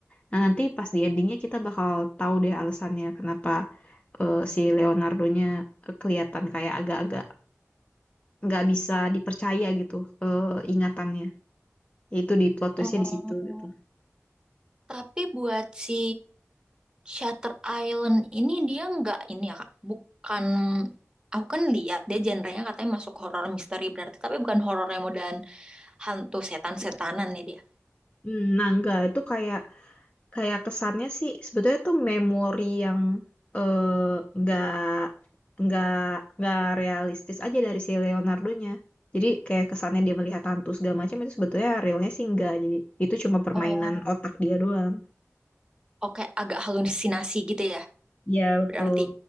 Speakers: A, on the left; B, on the right.
A: Nah, nanti pas di endingnya kita bakal tahu deh alasannya kenapa eh, si Leonardonya eh, kelihatan kayak agak-agak nggak bisa dipercaya gitu eh, ingatannya. Ya Itu di plot twistnya
B: oh.
A: di situ gitu.
B: Tapi buat si Shutter Island ini dia nggak ini ya, Kak? Bukan, aku kan lihat dia genrenya katanya masuk horor misteri berarti, tapi bukan horor yang modelan hantu setan-setanan ya dia.
A: Hmm, Nah, enggak, itu kayak kayak kesannya sih sebetulnya tuh memori yang eh, nggak nggak nggak realistis aja dari si Leonardo-nya. Jadi kayak kesannya dia melihat hantu segala macam itu sebetulnya realnya sih enggak. Jadi itu cuma permainan
B: Oh,
A: otak dia doang.
B: oke, agak halusinasi gitu ya,
A: Ya betul.
B: berarti.